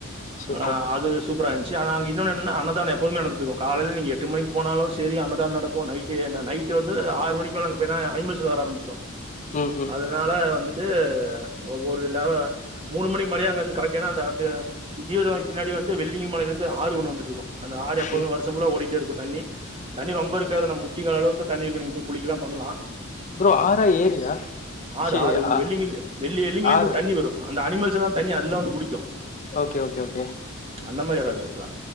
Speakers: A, on the left; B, on the right.
A: சூப்பர்
B: ஆனா அது சூப்பர இன்ச்சு ஆன அங்க இன்னொன்னு என்னான அன்னதான எப்போமே நடந்துட்டு இருக்கு காலைல நீங்க எட்டு மணிக்கு போனாலு சேரி அன்னதான நடக்கு நைட் ட்டு நா நைட்டு வந்து ஆறு மணிக்கு மேல அங்க போனா அணிமல்ஸ் வர ஆரம்பிச்சிரு
A: ம் ம்
B: அதனால வந்துட்டு ஒவ்வொரு லவ மூணு மணிக் முன்னாடியே அங்கருந்து களப்பி ஆனா அந்து ஜீவ சமாதிக்கு பின்னாடி வந்து வெள்ளயங்கிரி மலைலருந்து ஆறு ஒன்னு வந்துட்டுருக்கு அந்த ஆறு எப்போதுமே
A: ம்
B: வரு சம் ஃபுல்ல ஓடிட்டே இருக்கு தண்ணி தண்ணி ரொம்ப இருக்காது நம் முட்டி கால் அளவுக்கு தண்ணி இருக்கு நீங்க போய் குளிக்கலா பண்லா
A: ப்ரோ ஆறா ஏரியா
B: ஆறு
A: ச்சீ
B: ஆறு உங்க
A: ஆ
B: வெளிங் வெள்ளி எல்லிங்ருந்து
A: ஆறு
B: தண்ணி வரும் அந்த அணிமல்ஸ் எல்லா தண்ணி அதுல்லா தா வந்து குடிக்கு
A: ஓகே ஓகே ஓகே
B: அந்த மாரி வராது ஆக்சுவலா